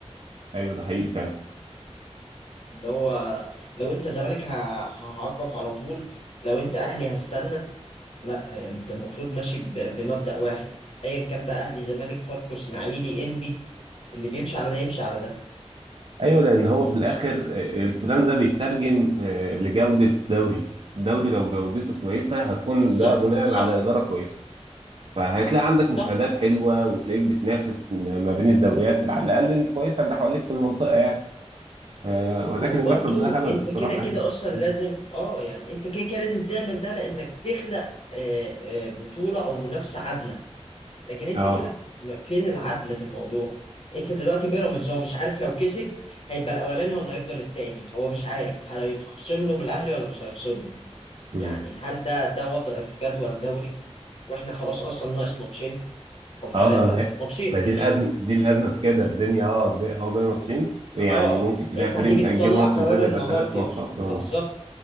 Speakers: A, on the right; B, on the left.
A: ايوه ده حقيقي فعلا
B: اللي هو لو انت زمالك ه- هعاقبك على طول لو انت اهلي هستنى لا يعني انت المفروض ماشي ب- بمبدأ واحد ايا كان بقى اهلي زمالك فاركو اسماعيلي انبي اللي بيمشي على ده يمشي على ده
A: ايوه لان هو في الاخر آه، الكلام ده بيترجم آه، لجوده دوري الدوري لو جودته كويسه هتكون
B: بالظبط
A: ده بناء
B: صح
A: على اداره كويسه فهتلاقي عندك مشاهدات
B: صح
A: حلوه وتلاقيك بتنافس ما ما بين الدوريات اللي على الاقل الكويسه اللي حواليك في المنطقه يعني آه، ولكن
B: وبرضو
A: اللي بيحصل ده هبل
B: انت
A: الصراحة
B: كده كده
A: يعني
B: اصلا لازم
A: مم.
B: اه يعني انت كده كده لازم تعمل ده لانك تخلق آه، آه، بطولة او منافسة عادلة لكن انت
A: اه
B: كده م- فين العدل في الموضوع انت دلوقتي بيراميدز هو مش عارف لو كسب هيبقى الاولاني ولا هيفضل التاني هو مش عارف هل هيتخصم له من الاهلي ولا مش هيخصم له
A: امم
B: يعني هل ده ده وضع في جدول دوري واحنا خلاص اصلا ناقص ماتشين او ثلاثه
A: اه ده انهي-
B: ماتشين
A: ما دي
B: تقريبا
A: الازمه دي الازمه في كده الدنيا اه دي- هو بقى ماتشين يعني
B: اه
A: ممكن تلاقي
B: انت
A: فريق
B: هتيجي
A: متأجل
B: تطلع
A: له ماتش
B: قرار
A: ازاي ده
B: النهارده
A: يبقى ثلاث ماتشات اه
B: بالظبط